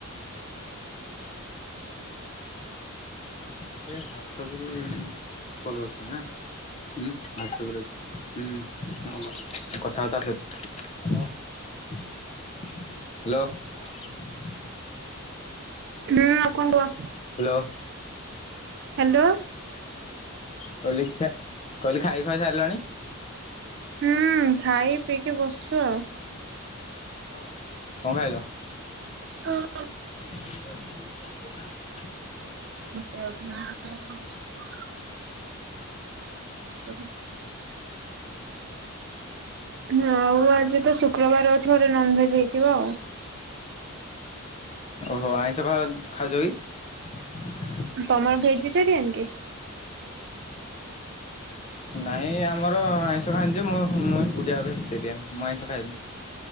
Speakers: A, on the left; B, on the right.
A: <inaudible> କୋଲକତା ନା ହୁଁ ହାଟସ ଆପ୍ ହୁଁ। କଥାବାର୍ତା ସେ ତ ହ୍ୟାଲୋ।
B: <unintelligible> ଆଉ କଣ କୁହ?
A: ହ୍ୟାଲୋ
B: ହ୍ୟାଲୋ
A: କହିଲ ଦେଖିଆ କହିଲି ଖାଇ କହି ସାରିଲାଣି?
B: ହୁଁ ଖାଇ ପିଇକି ବସ ବସିଛୁ ଆଉ।
A: ହଁ କଣ ଖାଇଲ?
B: ହଁ।
A: <unintelligible>
B: <unintelligible> ହଉ ଆଉ ଆଜି ତ ଶୁକ୍ରବାର ଅଛି ଘରେ ନନଭେଜ ହେଇଥିବ ଆଉ।
A: ଓହୋ ଆଇଁଷ ଖାଅ ଖାଉଚ କି?
B: ତମର ଭେଜିଟେରିୟନ କି?
A: ନାଇଁ ଆମର ଆଇଁଷ ଖାଅନ୍ତି ଯେ ମୁ ମୁଁ ଏକୁଟିଆ ଭେଜିଟେରିଆନ୍ ମୁଁ ଆଇଁଷ ଖାଏନି।